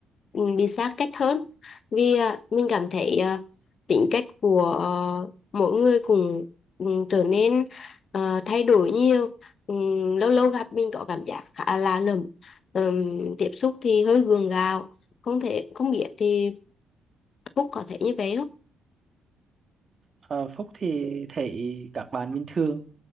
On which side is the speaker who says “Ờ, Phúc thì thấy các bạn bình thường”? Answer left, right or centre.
Right